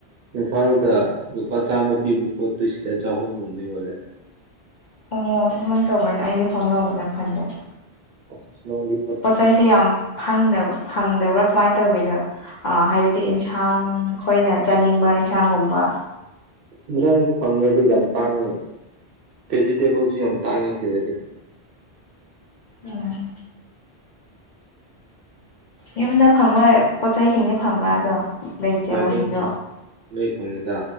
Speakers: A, on the right; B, on the left.
A: ꯏꯝꯐꯥꯜꯗ ꯂꯨꯄꯥ ꯆꯥꯝꯃ ꯄꯤꯕ ꯄꯣꯠꯇꯨ ꯁꯤꯗ ꯆꯍꯨꯝꯒꯨꯝꯕꯗ ꯌꯣꯜꯂꯦ
B: <unintelligible> ꯑꯗꯨꯃꯥꯏꯅ ꯇꯧꯕꯅꯦ ꯑꯩꯗꯤ ꯈꯣꯡꯒ꯭ꯔꯥꯎ ꯃꯆꯥ ꯈꯟꯕꯅꯦ
A: ꯑꯁ ꯅꯪꯗꯤ
B: ꯄꯣꯠ ꯆꯩꯁꯦ ꯌꯥꯝ ꯐꯪꯗꯕ꯭ꯔꯥ ꯐꯪꯗꯕ꯭ꯔꯥ ꯀꯃꯥꯏꯅ ꯇꯧꯒꯦꯗꯣ ꯍꯥꯏꯕꯗꯤ ꯌꯦꯟꯁꯥꯡ ꯈꯣꯏꯅ ꯆꯥꯅꯤꯡꯕ ꯏꯟꯁꯥꯡꯒꯨꯝꯕ
A: ꯏꯟꯖꯥꯡꯗꯤ ꯐꯪꯉꯦ ꯑꯗꯨ ꯌꯥꯝ ꯇꯥꯡꯉꯦ ꯚꯦꯖꯤꯇꯦꯕꯜꯁꯨ ꯌꯥꯝ ꯇꯥꯡꯉꯦ ꯁꯤꯗꯗꯤ
B: ꯎꯝ ꯌꯨꯝꯗ ꯐꯪꯕ ꯄꯣꯠ ꯆꯩꯁꯤꯡꯗꯤ ꯐꯪꯕ꯭ꯔꯥ ꯑꯗꯣ ꯚꯦꯖꯤꯇꯦꯕꯜꯁꯤꯡꯗꯣ
A: ꯍꯣꯏ ꯂꯣꯏ ꯐꯪꯉꯤ ꯂꯣꯏ ꯐꯪꯉꯤꯗ